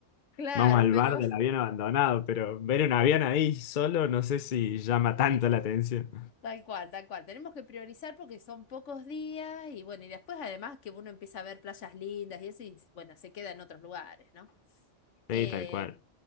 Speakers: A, on the left; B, on the left.
A: Claro,
B: Vamos al
A: pero
B: bar del avión abandonado, pero ver un avión ahí solo no sé si llama tanto la atención.
A: <laughs> tal cual, tal cual. Tenemos que priorizar porque son pocos días y bueno, y después además que uno empieza a ver playas lindas y eso y bueno, se queda en otros lugares, ¿no? Eh,
B: Sí, tal cual.